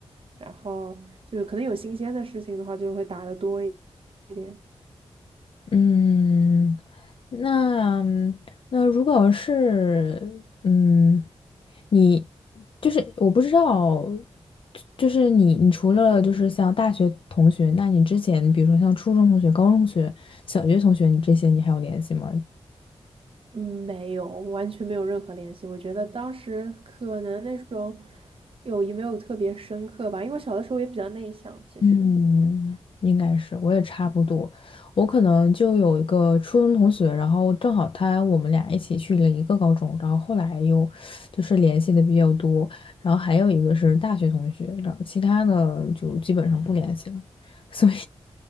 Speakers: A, on the right; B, on the left.
A: 然后就是可能有新鲜的事情的话就会打的多一点。
B: 嗯，那那如果是嗯，你就是我不知道，就是你你除了就是像大学同学，那你之前比如说像初中同学、高中同学、小学同学，你这些你还有联系吗？
A: 嗯，没有，完全没有任何联系。我觉得当时可能那种友谊没有特别深刻吧，因为我小的时候也比较内向，其实。
B: 嗯，应该是，我也差不多。我可能就有一个初中同学，然后正好他我们俩一起去了一个高中，然后后来又就是联系的比较多。然后还有一个是大学同学，然后其他的就基本上不联系了。所以